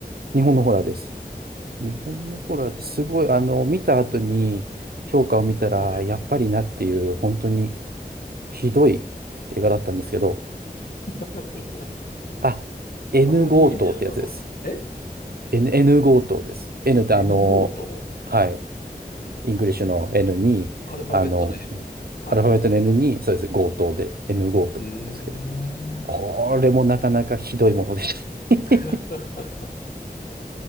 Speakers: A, on the right; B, on the left.
A: 日本のホラーです。日本のホラーですごい、あの、見た後に評価を見たら、
B: はい。
A: やっぱりなっていう、本当にひどい映画だったんですけど、
B: <laughs>
A: あ、N
B: あんまりいい意味じゃなさそうです。
A: 強盗ってやつです。
B: え
A: N、N 強盗です。N ってあの、
B: ?N5 と
A: はい。イングリッシュの N に、
B: アルファベットの
A: あの、
B: N。はい。
A: アルファベットの N に、そうです、強盗で、N 強盗なんですけど、
B: うーん。
A: これもなかなかひどいものでしたね
B: <laughs>